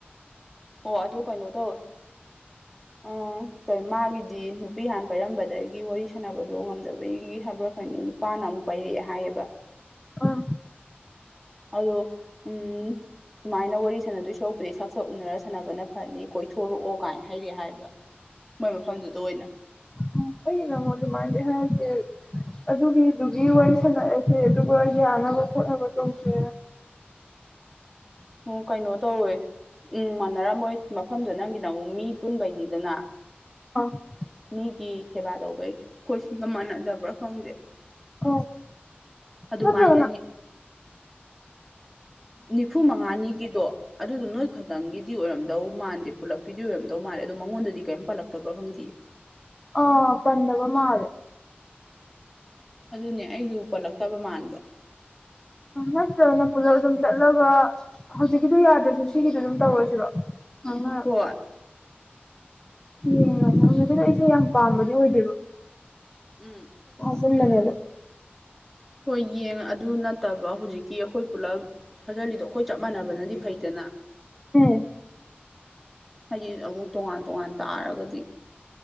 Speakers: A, in the centre; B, on the left.
A: ꯑꯣ ꯑꯗꯨ ꯀꯩꯅꯣ ꯇꯧꯔꯦ ꯎꯝ ꯑ ꯀ ꯃꯥꯒꯤꯗꯤ ꯅꯨꯄꯤ ꯍꯥꯟ ꯄꯥꯏꯔꯝꯕꯗꯒꯤ ꯋꯥꯔꯤ ꯁꯥꯟꯅꯕꯗꯣ ꯉꯝꯗꯕꯒꯤ ꯍꯥꯏꯕ꯭ꯔꯥ ꯀꯩꯅꯩꯅꯣ ꯅꯨꯄꯥꯅ ꯑꯃꯨꯛ ꯄꯥꯏꯔꯛꯑꯦ ꯍꯥꯏꯌꯦꯕ
B: ꯑꯥ
A: ꯑꯗꯣ ꯎꯝ ꯁꯨꯃꯥꯏꯅ ꯋꯥꯔꯤ ꯁꯥꯟꯅꯗꯣꯏ ꯁꯔꯛꯄꯨꯗꯤ ꯁꯛ ꯁꯛ ꯎꯅꯔ ꯁꯥꯟꯅꯕꯅ ꯐꯅꯤ ꯀꯣꯏꯊꯣꯔꯛꯑꯣ ꯀꯥꯏꯅ ꯍꯥꯏꯗꯤ ꯍꯥꯏꯕ ꯃꯣꯏ ꯃꯐꯝꯗꯨꯗ ꯑꯣꯏꯅ
B: ꯎꯝ ꯀ ꯅ ꯃ ꯑꯗꯨ ꯃꯥꯦ ꯍꯥꯏ
A: <inaudible>
B: ꯑꯗꯨꯒꯤꯗꯨꯒꯤ ꯋꯥꯔꯤ ꯁꯥꯟꯂꯑꯁꯦ ꯑꯗꯨꯒ ꯌꯥꯅꯕ ꯈꯣꯠꯅꯕ ꯇꯧꯁꯦ
A: ꯎ ꯀꯩꯅꯣ ꯇꯧꯋꯦ ꯎꯝ ꯃꯥꯟꯅꯔꯝꯃꯣꯏ ꯃꯐꯝꯗꯨ ꯅꯪꯒꯤ ꯅꯪ ꯃꯤ ꯑꯄꯨꯟꯕꯩꯅꯤꯗꯅ
B: ꯑꯥ ꯑꯣ
A: ꯃꯤꯒꯤ ꯁꯦꯕꯥ ꯇꯧꯗꯣꯏ ꯀꯣꯏꯁꯤꯟꯒ ꯃꯥꯟꯅꯗꯕ꯭ꯔꯥ ꯈꯪꯗꯦ
B: ꯑ
A: ꯑꯗꯨꯃꯥꯏꯅꯅꯦ
B: ꯇ ꯆ
A: ꯅꯤꯐꯨ ꯃꯉꯥꯅꯤꯒꯤꯗꯣ ꯑꯗꯨꯗꯣ ꯅꯣꯏ ꯈꯇꯪꯒꯤꯗꯤ ꯑꯣꯏꯔꯝꯗ ꯗꯧ ꯃꯥꯟꯗꯦ ꯄꯨꯜꯂꯛꯀꯤꯗꯤ ꯑꯣꯏꯔꯝꯗꯧ ꯃꯥꯜꯂꯦ ꯑꯗꯣ ꯃꯉꯣꯟꯗꯗꯤ ꯀꯔꯤꯝ ꯄꯜꯂꯛꯇꯕ꯭ꯔꯥ ꯈꯪꯗꯦ
B: ꯑꯥ ꯄꯟꯗꯕ ꯃꯥ
A: ꯑꯗꯨꯅꯦ ꯑꯩꯁꯨ ꯄꯜꯂꯛꯇꯕ ꯃꯥꯟꯕ <inaudible>
B: ꯅꯠꯇ꯭ꯔꯅ ꯄꯨꯂꯞ ꯑꯗꯨꯝ ꯆꯠꯂꯒ ꯍꯧꯖꯤꯛꯀꯤꯗꯨꯣ ꯌꯥꯗ꯭ꯔꯁꯨ ꯁꯤꯒꯤꯗ ꯑꯗꯨꯝ ꯇꯧꯔꯁꯤꯕ ꯑꯉ
A: ꯍꯣꯏ
B: ꯌꯦꯡ ꯃꯁ ꯀꯗꯣ ꯑꯩꯁꯦ ꯌꯥꯝ ꯄꯥꯝꯕꯗꯤ ꯑꯣꯏꯗꯦꯕ
A: ꯎꯝ
B: ꯆꯟꯅ ꯂꯩꯕ
A: ꯍꯣꯏ ꯌꯦꯡ ꯑꯗꯨ ꯅꯠꯇꯕ ꯍꯧꯖꯤꯛꯀꯤ ꯑꯩꯈꯣꯏ ꯄꯨꯂꯞ ꯊꯥꯖꯤꯜꯂꯤꯗꯣ ꯑꯩꯈꯣꯏ ꯆꯞ ꯃꯥꯟꯅꯕꯅꯗꯤ ꯐꯩꯗꯅ
B: ꯎꯝ
A: ꯍꯥꯏꯗꯤ ꯑꯃꯨꯛ ꯇꯣꯉꯥꯟ ꯇꯣꯉꯥꯟ ꯇꯥꯔꯒꯗꯤ